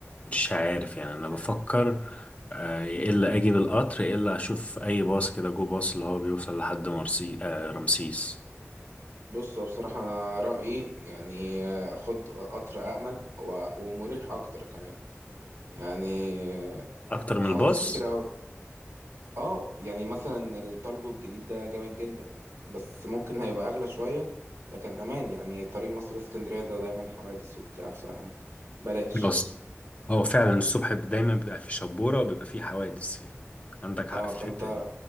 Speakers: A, on the left (about 30°); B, on the right (about 75°).
A: مش عارف يعني انا بفكر آه، يا الا اجي بالقطر يا الا اشوف اي باص كده جو باص اللي هو بيوصل لحد مرسي آه، رمسيس
B: بص هو بصراحه انا رايي يعني آه، خد قطر امن هو ومريح اكتر كمان يعني آه،
A: اكتر من
B: حوادث
A: الباص
B: كتير قوي اه يعني مثلا التالجو الجديد ده جامد جدا بس ممكن هيبقى اغلى شوية لكن امان يعني طريق مصر اسكندرية ده دايما حوادث وبتاع فبلاش
A: بس هو فعلا الصبح دايما بيبقى فيه شبورة وبيبقى فيه حوادث يعني عندك حق
B: اه
A: في
B: فانت
A: الحتة دي